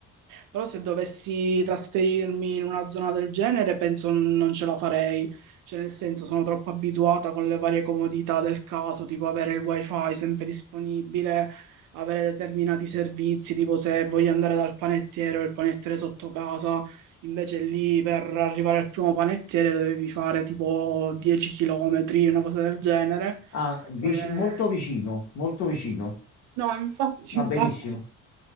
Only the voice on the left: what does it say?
Ah, vic-
molto vicino, molto vicino.
Va
benissimo,